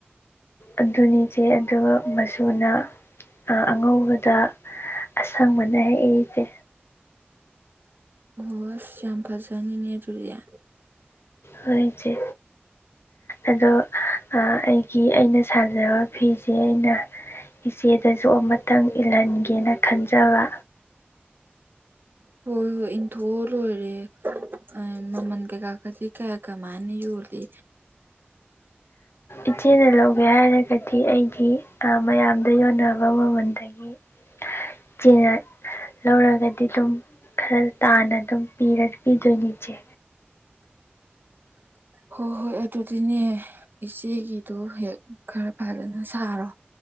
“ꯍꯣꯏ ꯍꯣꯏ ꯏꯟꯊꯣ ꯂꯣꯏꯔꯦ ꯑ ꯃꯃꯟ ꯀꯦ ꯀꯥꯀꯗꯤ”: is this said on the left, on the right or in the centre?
Right